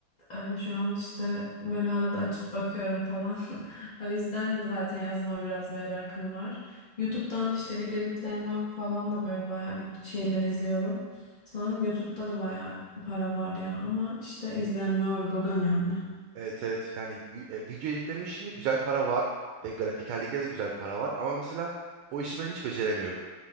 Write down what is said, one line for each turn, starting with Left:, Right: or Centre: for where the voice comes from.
Left: Ee, şu an işte böyle arada açıp bakıyorum falan. <laughs> O yüzden zaten yazılıma biraz merakım var. YouTube'dan işte video editlerinden falan da böyle bayağı bir şeyler izliyorum. Sanırım YouTube'da da bayağı para var ya ama işte izlenme orada da önemli.
Right: Evet evet yani y- e, video editleme işinde güzel para var ve grafikerlikte de güzel para var ama mesela o işi ben hiç beceremiyorum.